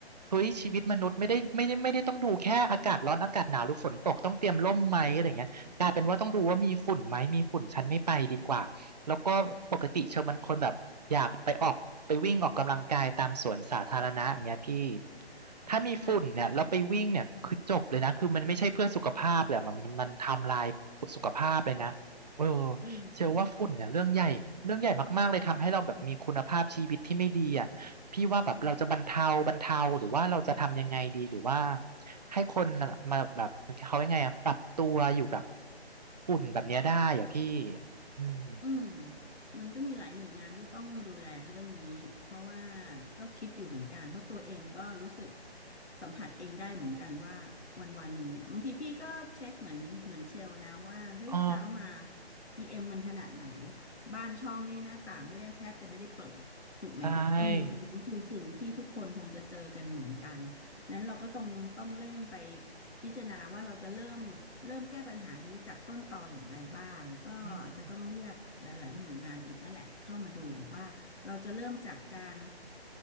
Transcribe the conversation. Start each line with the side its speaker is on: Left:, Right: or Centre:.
Right: เฮ้ยชีวิตมนุษย์ไม่ได้ไม่ได้ไม่ได้ต้องดูแค่อากาศร้อนอากาศหนาวหรือฝนตกต้องเตรียมร่มไหมอะไรเงี้ยกลายเป็นว่าต้องดูว่ามีฝุ่นไหมมีฝุ่นฉันไม่ไปดีกว่า แล้วก็ปกติเชลเป็นคนแบบอยากไปออกไปวิ่งออกกำลังกายตามสวนสาธารณะอย่างเงี้ยพี่ถ้ามีฝุ่นเนี่ยแล้วไปวิ่งเนี่ยคือจบเลยนะคือมันไม่ใช่เพื่อสุขภาพเลยอะมันมันมันทำลาย
Left: ค่ะ
Right: สุขภาพเลยนะเออ
Left: เออ
Right: เชื่อว่าฝุ่นเนี่ยเรื่องใหญ่เรื่องใหญ่มากๆเลยทำให้เราแบบมีคุณภาพชีวิตที่ไม่ดีอ่ะพี่ว่าแบบเราจะบรรเทาบรรเทาหรือว่าเราจะทำยังไงดีหรือว่าให้คนน่ะมาแบบเขายังไงอ่ะปรับตัวอยู่กับฝุ่นแบบเนี้ยได้อ่ะพี่อืม
Left: อืมมันก็มีหลายหน่วยงานที่ต้องดูแลเรื่องนี้เพราะว่าก็คิดอยู่เหมือนกันเพราะตัวเองก็รู้สึกสัมผัสเองได้เหมือนกันว่าวันวันหนึ่งเนี่ยบางทีพี่ก็เช็คเหมือนเหมือนเชลนะว่าเฮ้ยเช้ามา
Right: อ๋อ
Left: PM มมันขนาดไหนบ้านช่องนี่หน้าต่างไม่ได้แทบจะไม่ได้เปิดถูกไหมอืมอันนี้คือสิ่งที่ทุกคนคงจะเจอกันเหมือนกัน
Right: ใช่
Left: นั้นเราก็ต้องต้องเร่งไป พิจารณาว่าเราจะเริ่มเริ่มแก้ปัญหานี้จากต้นตออย่างไรบ้างก็อาจจะต้องเรียกหลายๆหน่วยงานอีกนั่นแหละเข้ามาดูว่าเราจะเริ่มจากการ
Right: อืม